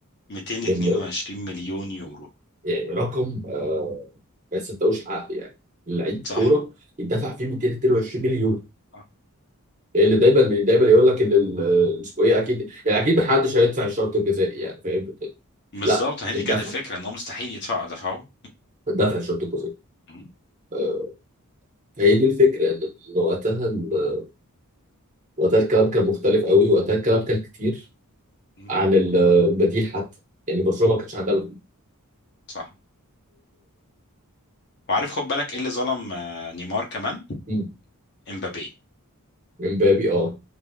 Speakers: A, on the left; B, on the right.
A: 222
B: من
A: مليون يورو
B: يعني رقم آه، ما يصدقوش عقل يعني لعيب
A: صح
B: كوره يدفع فيه 222 مليون
A: اه
B: اللي دايما اللي دايما يقول لك ان ال- اسمه ايه اكيد يعني اكيد محدش هيدفع الشرط الجزائي يعني فاهم
A: بالظبط
B: لا
A: هي دي
B: الدفع
A: كانت الفكره ان هو مستحيل يدفعوا دفعوه
B: الدفع الشرط الجزئي
A: مم.
B: آه، فهي دي الفكره ان إن وقتها ال- وقتها الكلام كان مختلف قوي وقتها الكلام كان كتير
A: مم.
B: عن ال- البديل حتى يعني برشلونه ما كانش عندها بديل
A: صح وعارف خد بالك ايه اللي ظلم آه، نيمار كمان
B: مم.
A: امبابي
B: امبابي اه